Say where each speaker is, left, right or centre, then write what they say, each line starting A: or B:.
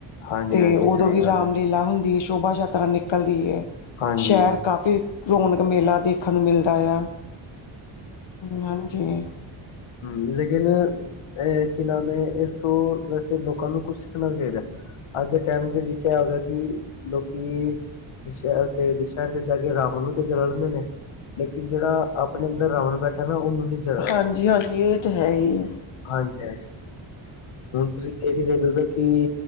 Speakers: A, on the left; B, on the left.
A: ਹਾਂਜੀ
B: ਤੇ
A: ਹਾਂਜੀ
B: ਉਦੋਂ
A: ਸਹੀ
B: ਵੀ
A: ਗੱਲ
B: ਰਾਮ
A: ਹੈ
B: ਲੀਲਾ ਹੁੰਦੀ ਹੈ, ਸ਼ੋਭਾ ਯਾਤਰਾ ਨਿਕਲਦੀ ਹੈ,
A: ਹਾਂਜੀ
B: ਸ਼ਹਿਰ ਕਾਫ਼ੀ ਰੌਣਕ ਮੇਲਾ ਦੇਖਣ ਨੂੰ ਮਿਲਦਾ ਆ, ਹਾਂਜੀ।
A: ਹੂੰ ਲੇਕਿਨ ਇਹ ਕੀ ਨਾਮ ਹੈ, ਇਸ ਤੋਂ ਵੈਸੇ ਲੋਕਾਂ ਨੂੰ ਕੁੱਛ ਸਿੱਖਣਾ ਚਾਹੀਦਾ। ਅੱਜ ਦੇ ਟਾਈਮ ਦੇ ਵਿੱਚ ਇਹ ਹੈਗਾ ਕੀ ਲੋਕੀ ਦਸ਼ਹਿ-ਦੁਸ਼ਹਿਰੇ ਤੇ ਜਾ ਕੇ ਰਾਵਣ ਨੂੰ ਤੇ ਜਲਾਂਦੇ ਨੇ ਲੇਕਿਨ ਜਿਹੜਾ ਆਪਣੇ ਅੰਦਰ ਰਾਵਣ ਬੈਠਾ ਨਾ ਉਹਨੂੰ ਨੀ ਜਲਾਦੇ।
B: ਹਾਂਜੀ-ਹਾਂਜੀ ਇਹ ਤਾ ਹੈ ਹੀ।
A: ਹਾਂਜੀ ਹਾਂਜੀ, ਹੁਣ ਤੁਸੀਂ ਦੇਖ ਦੇ ਕੀ